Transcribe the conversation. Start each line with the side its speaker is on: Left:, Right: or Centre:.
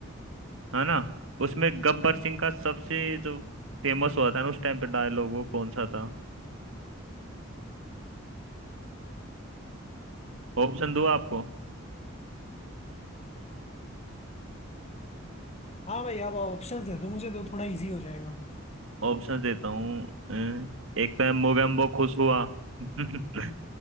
Right: है ना उसमें गब्बर सिंह का सबसे जो फेमस हुआ था ना उस टाइम पे डायलॉग वो कौन सा था ऑप्शन दूँ आपको
Left: हाँ भाई आप ऑप्शंस दे दो मुझे तो थोड़ा इजी हो जाएगा
Right: ऑप्शन देता हूँ अ, एक तो है मोगेम्बो खुश हुआ <laughs>